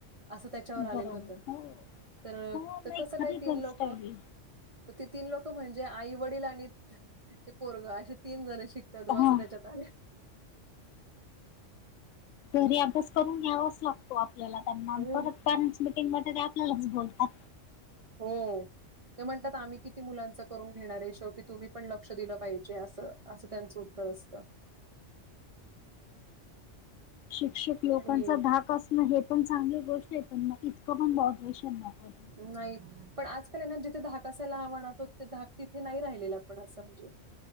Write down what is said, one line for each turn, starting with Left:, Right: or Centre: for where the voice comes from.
Right: असं त्याच्यावर
Left: बरोबर
Right: आलेलं होत
Left: हो
Right: तर,
Left: हो नाही
Right: कसं
Left: खरी
Right: काय तीन
Left: गोष्ट
Right: लोक
Left: आहे ही.
Right: तर ते तीन लोक म्हणजे आई वडील आणि ते पोरगं असे तीन जण शिक त्यात
Left: हा
Right: असं त्याच्यात आ
Left: घरी अभ्यास करून घ्यावाच लागतो आपल्याला त्यांना,
Right: हो
Left: परत पॅरेंट्स मिटिंगमध्ये ते आपल्यालाच बोलतात.
Right: हो. ते म्हणतात आम्ही किती मुलांचं करून घेणार आहे, शेवटी तुम्ही पण लक्ष दिलं पाहिजे असं. असं त्यांच उत्तर असतं.
Left: शिक्षक लोकांचा
Right: अरे!
Left: धाक असणं हे पण चांगली गोष्ट आहे पण ना इतकं पण बॉड्रेशन नाही
Right: नाही पण आजकाल ये ना जिथे धाक असायला हवा ना तो ते धाक तिथे नाही राहिलेला पण असं म्हणजे